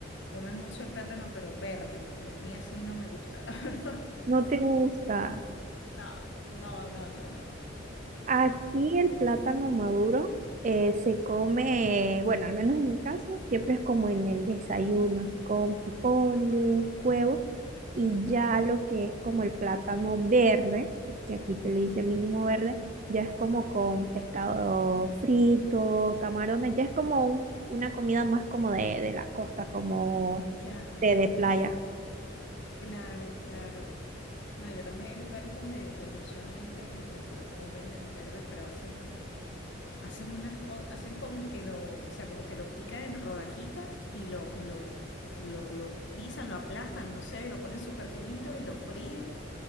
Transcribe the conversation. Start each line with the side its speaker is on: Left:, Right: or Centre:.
Left: comen mucho el plátano, pero verde, y a mí así no me gusta, <laughs> la verdad.
Right: No te gusta.
Left: No, no, no, no, no.
Right: Aquí el plátano maduro eh, se come, bueno, al menos en mi caso, siempre es como en el desayuno, así con frijoles, huevos, y ya lo que es como el plátano verde, que aquí se le dice mínimo verde, ya es como con pescado frito, camarones, ya es como un- una comida más como de, de la costa, como
Left: Ya.
Right: de, de playa.
Left: Claro, claro. No, yo también hay lugares donde, donde usualmente lo, lo comen verde, pero hacen, hacen unas cosas, hacen como estilo, o sea, como que lo pican en rodajitas y lo, lo, lo, lo pisan, lo aplastan, no sé, lo ponen súper finito y lo fríen,